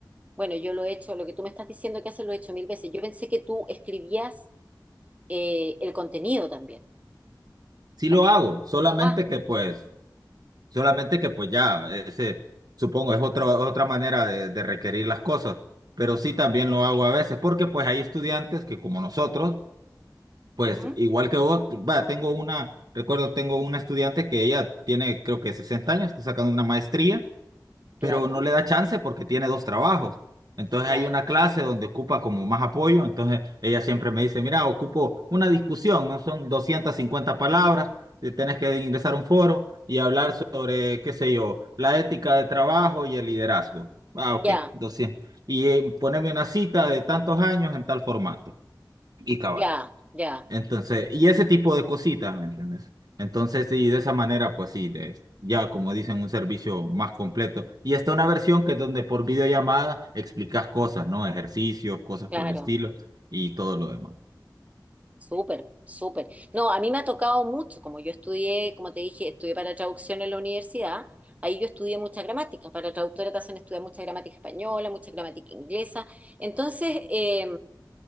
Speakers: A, on the right (about 20°); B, on the right (about 60°).
A: bueno, yo lo he hecho, lo que tú me estás diciendo que haces lo he hecho mil veces. Yo pensé que tú escribías eh, el contenido también.
B: sí
A: ¿Cachai?
B: lo hago, solamente
A: Ah,
B: que pues, solamente que pues ya, ese, supongo, es otra, otra manera de, de requerir las cosas. Pero sí también lo hago a veces, porque pues hay estudiantes que como nosotros, Pues
A: ujú,
B: igual que vos, va, tengo una, recuerdo, tengo una estudiante que ella tiene creo que 60 años, está sacando una maestría, pero
A: Claro,
B: no le da chance porque tiene dos trabajos. Entonces
A: claro.
B: hay una clase donde ocupa como más apoyo, entonces ella siempre me dice, mira, ocupo una discusión, no son 250 palabras, eh, tenés que ingresar a un foro y hablar sobre, qué sé yo, la ética de trabajo y el liderazgo. Ah, ok,
A: Ya,
B: 200. Y eh, ponerme una cita de tantos años en tal formato. Y cabal.
A: ya, ya,
B: Entonces, y ese tipo de cositas, ¿me entiendes? Entonces, sí, de esa manera, pues sí, de- ya como dicen, un servicio más completo. Y está una versión que es donde por videollamada explicas cosas, ¿no? Ejercicios, cosas
A: claro.
B: por el estilo y todo lo demás.
A: Súper, súper. No, a mí me ha tocado mucho, como yo estudié, como te dije, estudié para traducción en la universidad, ahí yo estudié mucha gramática, para traductora te hacen estudiar mucha gramática española, mucha gramática inglesa. Entonces, eh,